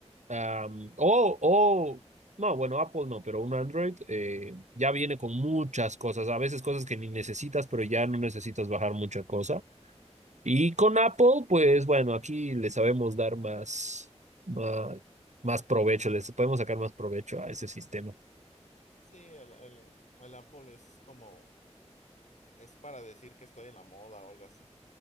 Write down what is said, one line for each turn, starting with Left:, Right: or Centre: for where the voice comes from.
Right: am, o no, bueno, Apple no, pero un Android eh, ya viene con muchas cosas, a veces cosas que ni necesitas, pero ya no necesitas bajar mucha cosa. Y con Apple, pues bueno, aquí le sabemos dar más, más, más provecho, les podemos sacar más provecho a ese sistema.
Left: Sí, el, el, el Apple es como, es para decir que estoy en la moda o algo así.